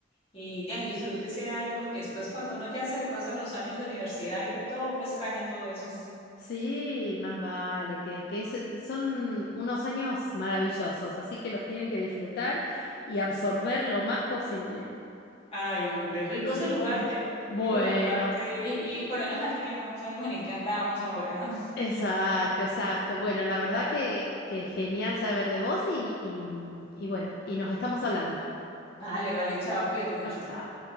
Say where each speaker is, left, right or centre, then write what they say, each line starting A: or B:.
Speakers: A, on the left; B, on the left.
A: y de ahí disfrute ese año, porque después cuando uno ya se le pasan los años de universidad y de todo, uno extraña todo eso. <laughs>
B: Sí, más vale, que, que es- son unos años maravillosos, así que los tienen que disfrutar y absorber lo más posible.
A: Ay, no, pues rico
B: Sí.
A: saludarte,
B: Bueno,
A: rico saludarte y, y ponernos al día, ¿no? No sabemos ni en qué andamos ahora, ¿no?
B: exacto, exacto.
A: <laughs>
B: Bueno, la verdad
A: Va-
B: que, que genial saber de vos y, y, y bueno, y nos estamos hablando.
A: Vale, vale, chao, cuídate mucho.
B: Chao, chao.